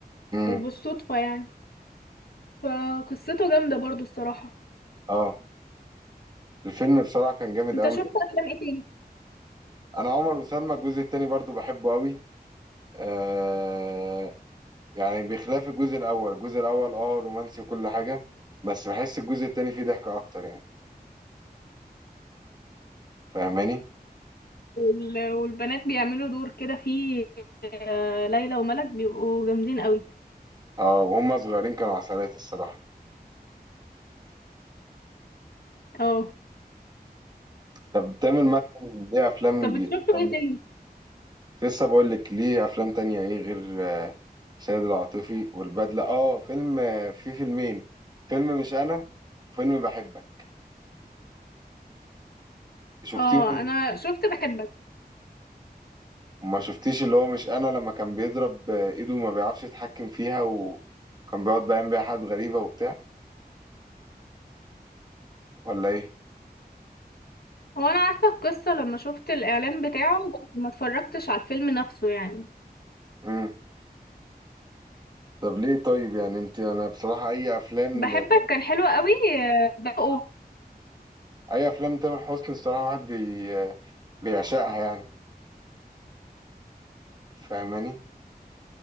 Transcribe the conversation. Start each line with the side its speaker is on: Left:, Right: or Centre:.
Right: امم
Left: وبالصدفة يعني فقصته جامدة برضو الصراحة
Right: اه الفيلم بصراحه كان جامد
Left: انت
Right: قوي
Left: شفت افلام ايه تاني
Right: انا عمر وسلمى الجزء التاني برضو بحبه قوي آه يعني بخلاف الجزء الاول الجزء الاول اه رومانسي وكل حاجه بس بحس الجزء التاني فيه ضحكه اكتر يعني فاهماني
Left: وال- والبنات بيعملوا دور كده فيه آه، ليلى وملك بيبقوا جامدين قوي
Right: اه وهم صغيرين كانوا عسلات الصراحه
Left: اه
Right: طب تامر مثلا ليه افلام
Left: طب
Right: ج-
Left: بتشوفوا
Right: تانية
Left: ايه تاني
Right: لسه بقول لك ليه افلام تانية ايه غير آه، سيد العاطفي والبدلة اه فيلم آه، في فيلمين فيلم مش انا وفيلم بحبك شفتيهم
Left: اه
Right: اللي...
Left: انا شفت بحبك
Right: ما شفتيش اللي هو مش انا لما كان بيضرب آه، ايده وما بيعرفش يتحكم فيها وكان بيقعد بيعمل بيها حاجات غريبة وبتاع ولا ايه
Left: هو انا عارفة القصة لما شفت الاعلان بتاعه بس ما اتفرجتش على الفيلم نفسه يعني
Right: امم طب ليه طيب يعني انت انا بصراحة اي افلام
Left: بحبك
Right: ل...
Left: كان حلو قوي آه، بقى
Right: اي افلام تامر حسني الصراحة واحد بي... آه، بيعشقها يعني فاهماني